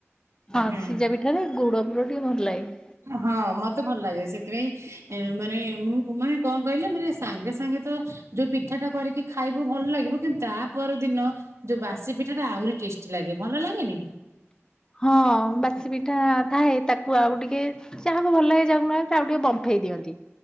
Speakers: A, on the left; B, on the right.
A: ହଁ
B: ହୁଁ।
A: ସିଝା ପିଠାରେ ଗୁଡ ପୁର ଟିକେ ଭଲ ଲାଗେ।
B: ହଁ ମତେ ଭଲ ଲାଗେ। ସେଥିପାଇଁ ମାନେ ମୁଁ ମାନେ କଣ କହିଲେ ମାନେ ସାଙ୍ଗେ ସାଙ୍ଗେ ତ- ଯୋଉ ପିଠା ଟା କରିକି ଖାଇବୁ ଭଲ ଲାଗିବ। କିନ୍ତୁ ତା ପର ଦିନ- ଯୋଉ ବାସି ପିଠା ଟା ଆହୁରି ଟେଷ୍ଟି ଲାଗେ। ଭଲ ଲାଗେନି।
A: ହଁ ବାସି ପିଠା ଥାଏ ତାକୁ ଆଉ ଟିକେ- ଯାହାକୁ ଭଲ ଲାଗେ ଯାହାକୁ ନାହାନ୍ତି ସେ ଆଉ ଟିକେ ବମ୍ଫେଇ ଦିଅନ୍ତି।